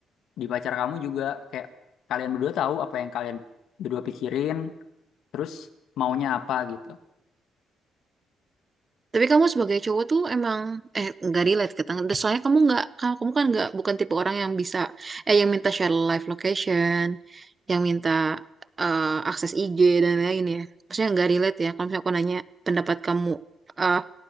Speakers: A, on the left; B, on the right.
A: di pacar kamu juga kayak kalian berdua tahu apa yang kalian berdua pikirin terus maunya apa gitu
B: Tapi kamu sebagai cowok tuh emang eh nggak relate ke tangga. Soalnya kamu nggak kamu, kamu kan nggak bukan tipe orang yang bisa eh yang minta share live location, yang minta eh, akses IG dan lain-lain ya. Maksudnya nggak relate ya. Kalau misalnya aku nanya pendapat kamu, eh,